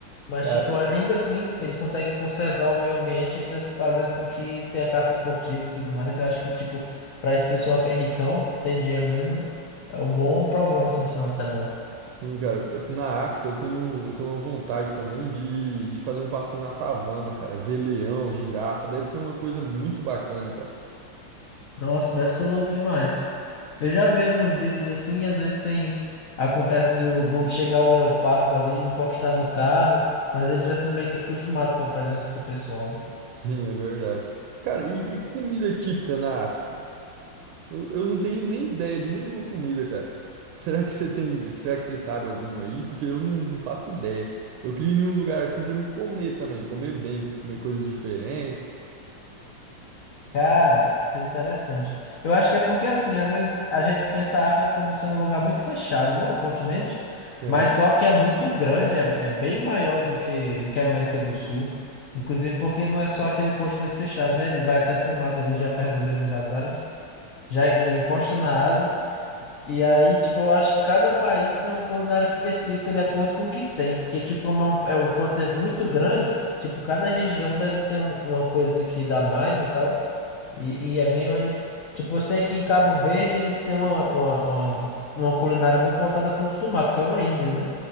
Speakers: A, on the left; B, on the right.
A: Mas,
B: Cara,
A: tipo, a- ainda assim, eles conseguem conservar o meio ambiente, ainda fazendo com que tenha caça esportiva e tudo mais. Eu acho que, tipo, pra esse pessoal que é ricão, que tem dinheiro mesmo, é um bom programa assim de final de semana.
B: sim, cara. Na África, eu tenho, eu tenho uma vontade também de, de fazer um passeio na savana, cara. Ver leão, girafa, deve ser uma coisa muito bacana, cara.
A: Nossa, deve ser louco demais. Eu já vi alguns vídeos assim, e às vezes tem. Acontece do, do chegar um leopardo ali, encostar no carro, mas eles já são meio que acostumados com a presença do pessoal, né?
B: Sim, é verdade. Cara, e, e comida típica na África? Eu, eu não tenho nem ideia de nenhuma comida, cara. Será que você tem, será que você sabe alguma aí? Porque eu não, não faço ideia. Eu queria ir num lugar assim pra me comer também, comer bem, comer coisas diferentes.
A: Cara, isso é interessante. Eu acho que é porque, assim, às vezes a gente pensa a África como sendo um lugar muito fechado, né? O continente.
B: É.
A: Mas só que é muito grande, é, é bem maior do que, do que a América do Sul. Inclusive porque não é só aquele continente fechado, né? Ele vai até para um lado ali, já perto dos Emirados Árabes. Já ele encosta na Ásia. E aí, tipo, eu acho que cada país tem uma culinária específica de acordo com o que tem. Porque, tipo, como é um, é um continente muito grande, tipo, cada região deve ter um- uma coisa que dá mais e tal. E, e é bem mais. Tipo, eu sei que em Cabo Verde eles têm uma, uma, uma, uma culinária muito voltada a frutos do mar, porque é uma ilha, né?